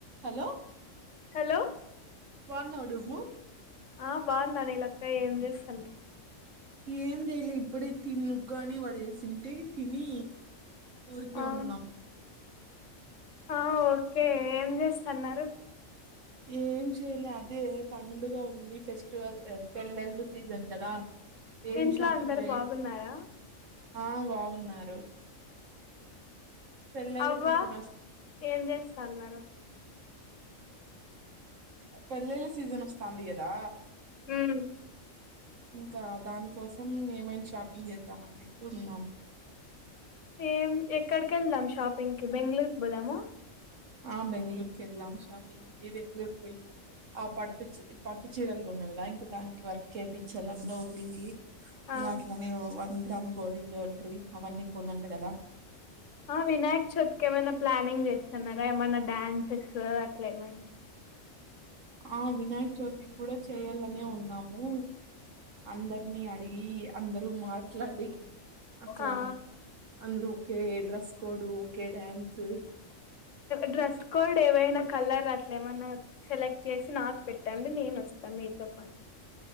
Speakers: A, on the right; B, on the left.
A: Hello
B: hello
A: బాగున్నావా డువ్వు
B: ఆ బాగున్నా నీ లెక్క ఏం చేస్తున్నావ్
A: ఏం చేయలే ఇప్పుడే తినీ ఉగ్గాని వడ చేసింటే తిని ఊరికే
B: ఆ
A: ఉన్నాం
B: ఆ ఓకే ఏం చేస్తున్నారు
A: ఏం చేయలే అదే పండుగ ఉంది ఫెస్టివల్ పెళ్లెళ్ళు సీజన్ కదా ఏం
B: ఇంట్లో
A: షాపింగ్
B: అందరు
A: చే
B: బాగున్నారా
A: ఆ బాగున్నారు పెళ్ళిళ్ళ
B: అవ్వ
A: సీజన్ వస్
B: ఏం చేస్తన్నారు
A: పెళ్లిళ్ల సీజన్ వస్తంది కదా
B: ఉమ్
A: ఇంకా దాని కోసం ఏమైనా షాపింగ్ చేద్దాం అన్నట్టు ఉన్నాము
B: ఏం ఎక్కడికి వెళ్దాం షాపింగ్ కి ఈ బెంగళూరుకు పోదాము
A: ఆ బెంగళూరుకి వెళ్ళాం షాపింగ్ కి బెంగళూరు పోయి ఆ పట్టు పట్టు చీరలు కొనల వెళ్లా ఇంకా దానికి వర్క్ వేపించాలా బ్లౌజుల కి ఇంకా
B: ఆ
A: అట్లనే పోవాలి వన్ గ్రామ్ గోల్డ్ జ్యువెలరీ అవన్నీ కొనాలి కదా
B: ఆ వినాయక్ చతికి ఏమైనా ప్లానింగ్ చేస్తున్నారా ఏమైనా డాన్సెస్ అట్లా ఏమైన
A: ఆ వినాయకచవితి కూడా చేయాలనే ఉన్నాము అందరినీ అడిగి అందరూ మాట్లాడి అట్లా
B: ఆ
A: అందరూ okay dress code okay dance
B: dress code ఏవైనా కలర్ అచ్చ అ ఏమన్నా సెలెక్ట్ చేసి నాకు పెట్టండి నేను వస్తాను మీతో పాటు